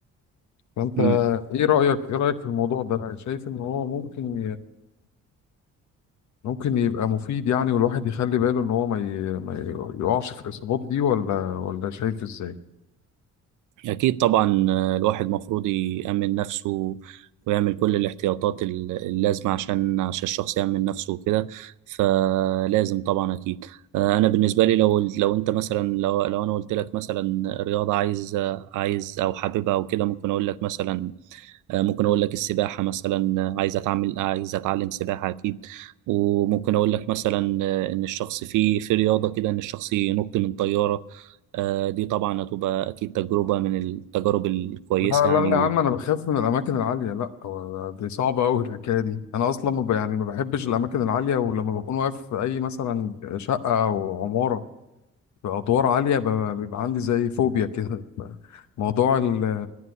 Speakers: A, on the left (about 70°); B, on the right (about 80°).
A: فانت
B: مم.
A: ايه رايك ايه رايك في الموضوع ده شايف ان هو ممكن ممكن يبقى مفيد يعني والواحد يخلي باله ان هو ما ي... ما ي- يقعش في الاصابات دي ولا ولا شايف ازاي
B: أكيد طبعا آه، الواحد مفروض يأمن نفسه ويعمل كل الاحتياطات ال- اللازمة عشان عشان الشخص يأمن نفسه وكده فلازم طبعا أكيد آه، أنا بالنسبة لي لو لو أنت مثلا لو لو أنا قلت لك مثلا رياضة عايز آه، عايز أو حاببها وكده ممكن أقول لك مثلا آه، ممكن اقول لك السباحه مثلا آه، عايز اتعامل عايز اتعلم سباحه اكيد وممكن اقول لك مثلا آه، ان الشخص في في رياضه كده ان الشخص ينط من طياره آه، دي طبعا هتبقى اكيد تجربه من التجارب الكويسه
A: لا لا
B: يعني
A: يا عم انا بخاف من الاماكن العاليه لا هو دي صعبه قوي الحكايه دي انا اصلا ما ب... يعني ما بحبش الاماكن العاليه ولما بكون واقف في اي مثلا شقه او عماره في ادوار عاليه ب... بيبقى عندي زي فوبيا كده ف- موضوع ال...